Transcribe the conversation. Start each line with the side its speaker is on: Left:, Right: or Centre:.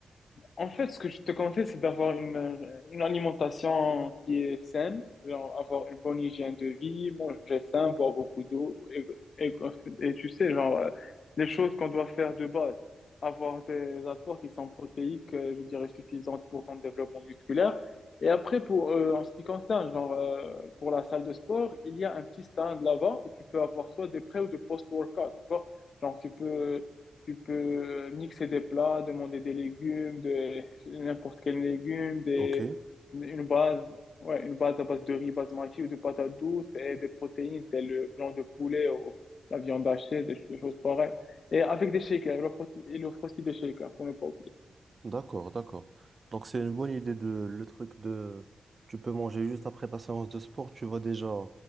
Left: En fait, ce que je te conseille, c'est d'avoir une, euh, une alimentation qui est saine, genre avoir une bonne hygiène de vie, manger sain, boire beaucoup d'eau, et, et, et tu sais, genre, euh, les choses qu'on doit faire de base, avoir des apports qui sont protéiques, euh, je dirais, suffisantes pour ton développement musculaire. Et après, pour, euh, en ce qui concerne, genre, euh, pour la salle de sport, il y a un petit stand là-bas où tu peux avoir soit des pré ou des post-workout, tu vois. Genre, tu peux tu peux mixer des plats, demander des légumes, de n'importe quel légume, des,
Right: Ok,
Left: une base, ouais, une base à base de riz basmati ou de patates douces et des protéines telles le blanc de poulet ou la viande hachée, des, des choses pareilles. Et avec des shakers, il offre, aussi- il offre aussi des shakers, pour ne pas oublier.
Right: d'accord, d'accord. Donc c'est une bonne idée de le truc de, tu peux manger juste après ta séance de sport, tu vas déjà